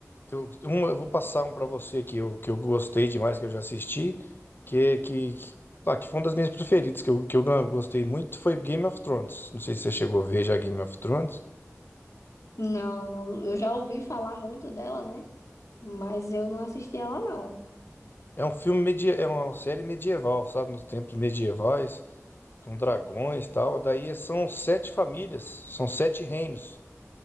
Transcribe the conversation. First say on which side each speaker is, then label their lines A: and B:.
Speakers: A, on the left; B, on the left.
A: Eu, um eu vou passar um pra você que eu, que eu gostei demais, que eu já assisti, que, que, que, ah, que foi uma das minhas preferidas, que eu, que eu ga- gostei muito, foi Game of Thrones. Não sei se você chegou a ver já Game of Thrones.
B: Não, não, eu já ouvi falar muito dela, né? Mas eu não assisti ela, não.
A: É um filme, media, é uma série medieval, sabe? Nos tempos medievais. com dragões e tal. Daí é, são sete famílias, são sete reinos.